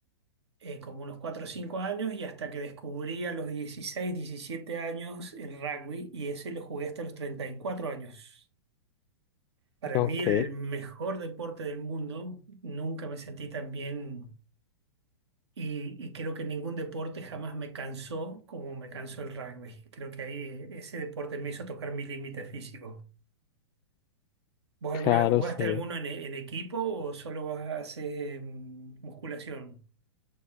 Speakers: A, on the right (about 75°); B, on the left (about 30°).
A: eh, como unos 4 o 5 años, y hasta que descubrí a los 16 17 años el rugby, y ese lo jugué hasta los 34 años. Para
B: Ok,
A: mí el mejor deporte del mundo, nunca me sentí tan bien y, y creo que ningún deporte jamás me cansó como me cansó el rugby. Creo que ahí eh, ese deporte me hizo tocar mi límite físico. ¿Vos
B: claro,
A: alguna vez jugaste
B: sí.
A: alguno en, e- en equipo o solo vas a hacer mm, musculación?